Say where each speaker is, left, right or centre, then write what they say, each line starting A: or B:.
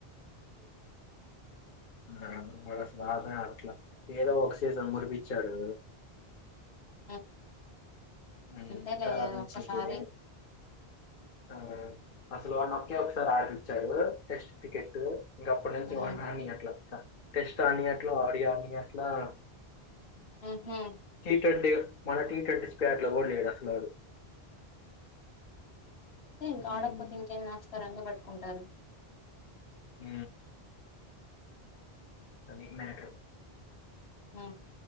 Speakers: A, on the left; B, on the left.
A: మ్
B: ఆ వా సాస అట్లా ఏదో ఒకసీజన్ మురిపించాడు
A: ఆ
B: ఉమ్,
A: అంతేలే
B: తర్వాత నుంచి
A: ఒక్కసారి
B: ఇంకేం ఆ అసలు వా ఒకే ఒకసారి ఆడిపిచ్చారు టెస్ట్ క్రికెట్ ఇంక అప్పటి నుంచి
A: ఉమ్
B: వాడ్ని అడ్నిట్ల ఇంకా టెస్ట్ ఆడనీయట్లే ఆడియాని ఆడనీయట్లే ఆ
A: ఉహు
B: ఏంటంటే మన టీ ట్వంటీ పేటలో కూడా లేడంట వాడు
A: ఇక్క
B: ఉమ్,
A: ఆడకపోతే ఇంకేం చేస్తారు వాని కుంటారు
B: ఉ అది మ్యాటర్
A: మ్